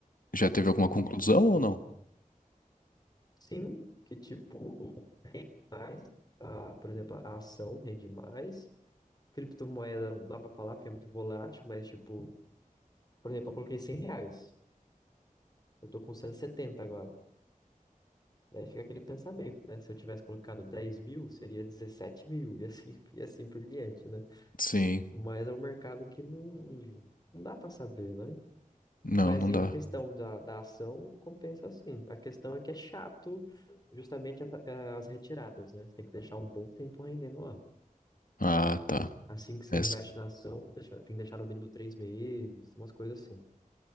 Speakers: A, on the left; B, on the left.
A: já teve alguma conclusão ou não?
B: sim, que tipo, mais, a, por exemplo, a ação rende mais. Criptomoeda não dá para falar porque é muito volátil, mas tipo, por exemplo, eu coloquei 100 reais. Eu tô com 170 agora. Daí fica aquele pensamento, né? Se eu tivesse colocado dez mil, seria dezessete mil, e assim, <laughs> e assim por diante, né?
A: Sim.
B: Mas é um mercado que não, não dá para saber, né?
A: Não,
B: Mas
A: não
B: em
A: dá.
B: questão da, da ação, compensa sim. A questão é que é chato justamente a- eh, as retiradas, né? Você tem que deixar um bom tempo rendendo lá.
A: Ah, tá.
B: Assim que você
A: É,
B: investe na ação, deixa- tem que deixar no mínimo três meses, umas coisas assim.